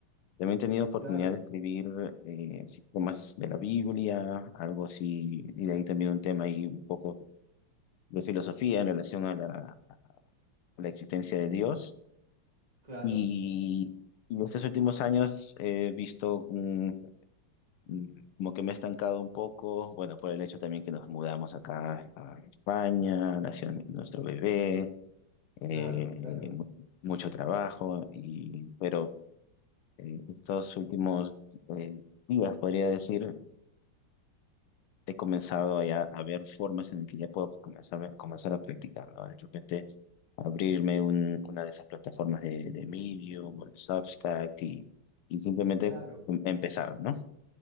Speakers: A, on the left; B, on the right.
A: También he tenido oportunidad
B: claro,
A: de escribir eh, así temas de la Biblia, algo así, y de ahí también un tema ahí un poco de filosofía en relación a la, a la existencia de Dios.
B: claro,
A: Y, y en estos últimos años he visto mm, mm, como que me he estancado un poco, bueno, por el hecho también que nos mudamos acá a España, nació nuestro bebé, eh,
B: claro, claro,
A: mu- mucho trabajo, y, pero eh, estos últimos eh, días, podría decir, he comenzado ya a ver formas en las que ya puedo comenzar, comenzar a practicar, ¿no? De repente abrirme un- una de esas plataformas de, de Medium o el Substack y, y simplemente
B: claro.
A: em- empezar, ¿no?